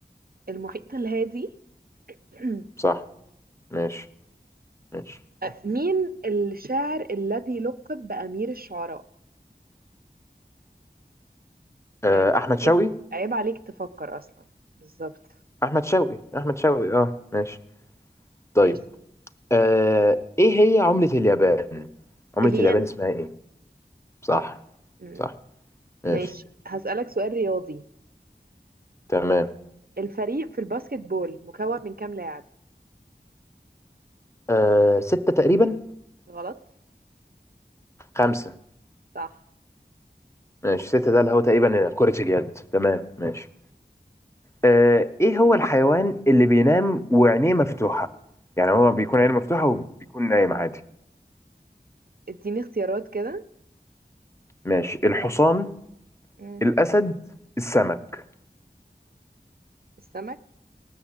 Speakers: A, on the right; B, on the left.
A: المحيط الهادي <clears throat>
B: صح ماشي ماشي
A: آه، مين الشاعر الذي لقب بأمير الشعراء يعني
B: آه، احمد شوقي
A: عيب عيب عليك تفكر أصلا بالظبط
B: احمد شوقي احمد شوقي اه ماشي طيب
A: ماشي
B: آه، ايه هي عملة اليابان عملة
A: الين
B: اليابان اسمها ايه صح
A: مم.
B: صح ماشي
A: ماشي هسألك سؤال رياضي
B: تمام
A: الفريق في الباسكت بول مكون من كام لاعب
B: آه، ستة تقريبا
A: غلط
B: خمسة
A: صح
B: ماشي ستة ده اللي هو تقريبا كرة اليد تمام ماشي آه، ايه هو الحيوان اللي بينام وعينيه مفتوحة يعني هو بيكون عينه مفتوحة وبيكون نايم عادي
A: اديني اختيارات كده
B: ماشي الحصان
A: مم.
B: الأسد السمك
A: السمك